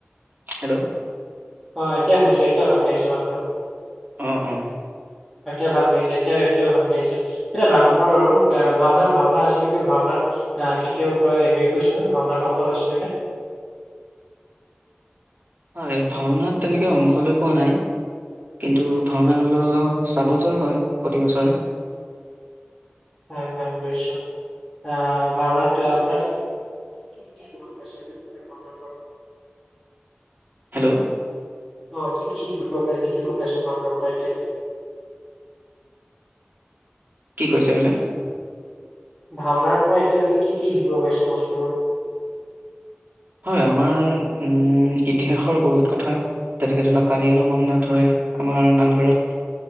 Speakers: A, on the right; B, in the centre.
A: হেল্ল'।
B: অ', এতিয়াই শুনিছো। এতিয়া ভালকে আহিছে মাতটো।
A: অ', অ'।
B: এতিয়া ভালকে আহিছে, এতিয়াও এতিয়া ভালকে আহিছে। এতিয়া নামঘৰৰ ভাওনা ভাওনা আজিলৈকে ভাওনাত আহ, কেতিয়াও তই হেৰি কৰিছ নে ভাওনাত অংশ লৈছিলি নে?
A: হয়, ভাওনাত তেনেকৈ অংশ লৈ পোৱা নাই, কিন্তু ভাওনাত হলেও চাব যোৱা হয় প্ৰতিবছৰে।
B: হয় হয়, বুজিছোঁ, আ, ভাওনাত <unintelligible>
A: হেল্ল'?
B: অ', কি কি শিকিব পাৰে, শিকিব পাইছ ভাওনাৰ পৰা এতিয়ালৈকে?
A: কি কৈছ <unintelligible>
B: ভাওনাৰ পৰা এতিয়ালৈকে কি কি শিকিব পাইছ বস্তুবোৰ?
A: হয়, আমাৰ উম, ইতিহাসৰ বহুত কথা তেনেকে ধৰি লওক কালিয় দমন নাট হয় আমাৰ নামঘৰত,